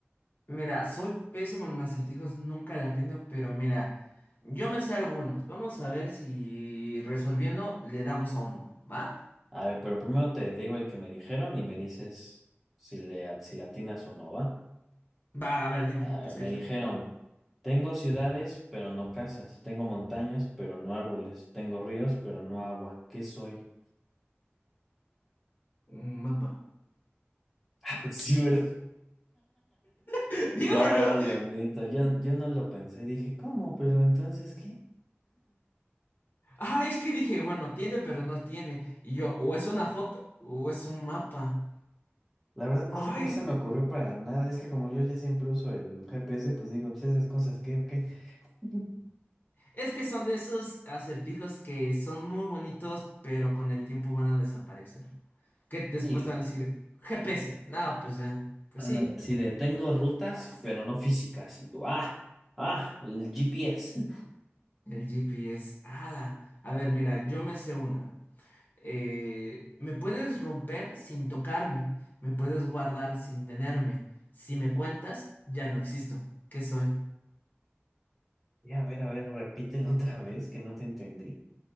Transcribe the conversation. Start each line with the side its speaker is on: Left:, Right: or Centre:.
Left: Mira, soy pésimo en acertijos, nunca la atiendo, pero mira, yo me sé algunos. Vamos a ver si resolviendo le damos a uno, ¿va?
Centre: A ver, pero primero te digo el que me dijeron y me dices si le, at- si latinas o no, ¿va?
Left: Va, a ver, dime,
Centre: A ver,
Left: te escucho.
Centre: me dijeron, tengo ciudades, pero no casas. Tengo montañas, pero no árboles. Tengo ríos, pero no agua. ¿Qué soy?
Left: ¿Un mapa?
Centre: <laughs> Sí, ¿verdad?
Left: <laughs> Digo,
Centre: Dios
Left: ¿no?
Centre: bendito, yo, yo no lo pensé, dije, ¿cómo? Pero entonces, ¿qué?
Left: Ah, es que dije, bueno, tiene, pero no tiene. Y yo, o es una foto o es un mapa.
Centre: La verdad no,
Left: Ay,
Centre: no se me ocurrió para nada, es que como yo ya siempre uso el GPS, pues digo, pues esas cosas, ¿qué o qué? <laughs>
Left: es que son de esos acertijos que son muy bonitos, pero con el tiempo van a desaparecer. que después
Centre: Y
Left: te van a decir GPS. No, pues ya, pues
Centre: andan
Left: sí,
Centre: así de, tengo rutas, pero no físicas. Y yo, ah, ah, el GPS.
Left: el GPS. ¡Hala! A ver, mira, yo me sé una. Eh, me puedes romper sin tocarme, me puedes guardar sin tenerme. Si me cuentas, ya no existo. ¿Qué soy?
Centre: Ya, a ver, a ver, repítelo otra vez, que no te entendí.